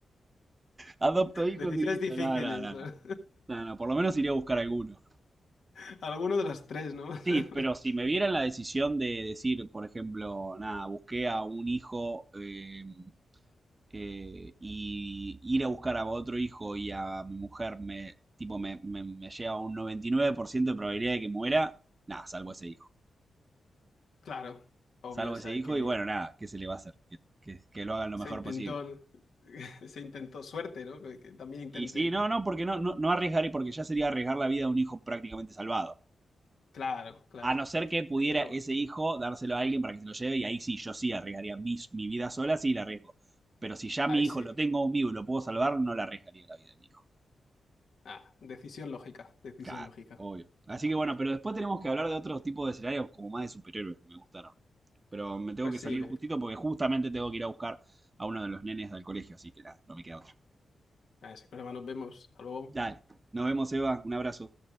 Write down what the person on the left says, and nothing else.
Decisiones
difíciles.
la-
<laughs> Alguno de los tres, ¿no? <laughs>
Claro, obvio,
o sea,
que
se
intentó,
<laughs> se intentó suerte, ¿no? Que que también intenten.
Claro, claro.
Hay que tomar.
Ahí
sí.
Ah, decisión lógica, decisión
lógica.
Pues
sí,
eh,
eh, si no, nos vemos. Hasta luego.